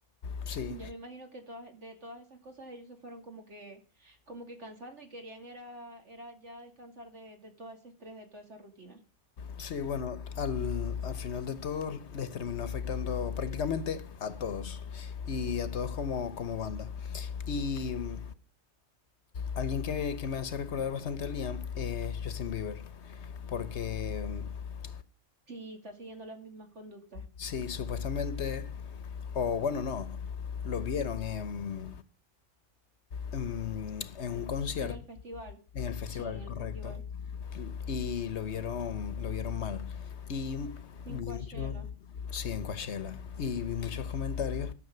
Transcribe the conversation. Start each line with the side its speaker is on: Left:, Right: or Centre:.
Left: sí.
Right: Yo me imagino que todas, de todas esas cosas ellos se fueron como que, como que cansando y querían era, era ya descansar de, de todo ese estrés, de toda esa rutina.
Left: Sí, bueno, al, al final de todo les terminó afectando prácticamente a todos y a todos como, como banda. Y mm, alguien que, que me hace recordar bastante a Liam es Justin Bieber, porque mm,
Right: Sí, está siguiendo las mismas conductas.
Left: sí, supuestamente, o bueno, no, lo vieron en, en, en un concierto,
Right: En el festival,
Left: en el festival,
Right: sí, en el
Left: correcto.
Right: festival.
Left: y lo vieron, lo vieron mal. Y
Right: En
Left: vi
Right: Coachella.
Left: mucho, sí, en Coachella, y vi muchos comentarios